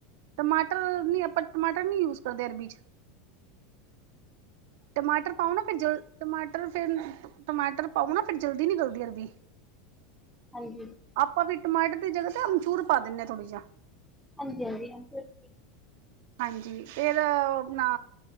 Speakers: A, on the right (about 70°); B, in the centre.
A: ਟਮਾਟਰ ਨੀ ਆਪਾਂ ਟਮਾਟਰ ਨੀ ਯੂਜ ਕਰਦੇ ਅਰਬੀ 'ਚ। ਟਮਾਟਰ ਪਾਓ ਨਾ, ਫਿਰ ਟਮਾਟਰ ਫਿਰ ਟਮਾਟਰ ਪਾਓ ਨਾ ਫਿਰ ਜਲਦੀ ਨਹੀ ਗੱਲਦੀ ਅਰਬੀ।
B: ਹਨਜੀ।
A: ਆਪਾਂ ਵੀ ਟਮਾਟਰ ਦੀ ਜਗ੍ਹਾ ਤੇ ਅਮਚੂਰ ਪਾ ਦਿੰਦੇ ਹ ਥੋੜਾ ਜਾ।
B: ਹੰਜੀ-ਹੰਜੀ <unintelligible>
A: ਹਾਂਜੀ ਫੇਰ ਓ ਆਪਨਾ